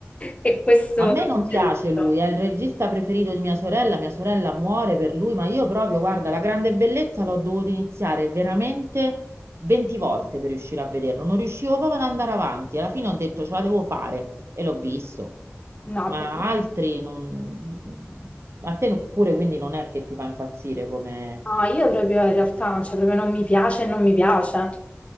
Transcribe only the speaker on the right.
A me non piace
lui, è il regista preferito di mia sorella, mia sorella muore per lui, ma io proprio, guarda, La grande bellezza l'ho dovuto iniziare veramente 20 volte per riuscire a vederlo, non riuscivo proprio ad andare avanti, alla fine ho detto ce la devo fare e l'ho visto,
ma
altri non... A te pure quindi non è che ti fa impazzire come...